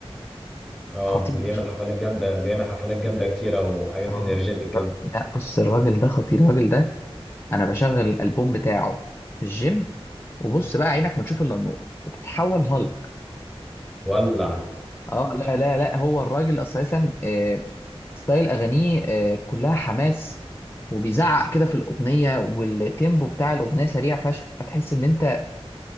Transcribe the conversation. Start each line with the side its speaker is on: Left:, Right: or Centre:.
Centre: اه
Left: خطير
Centre: بيعمل حفلات جامده بيعمل حفلات جامده كتيره وحاجات
Left: اه
Centre: انرجيتك كده
Left: لا بص الراجل ده خطير الراجل ده انا بشغل الالبوم بتاعه في الجيم وبص بقى عينك ما تشوف الا النور بتتحول هالك
Centre: ولع
Left: اه لا لا لا هو الراجل اساسا آه، ستايل اغانيه آه، كلها حماس وبيزعق كده في الاغنيه والتيمبو بتاع الاغنيه سريع فشخ فتحس ان انت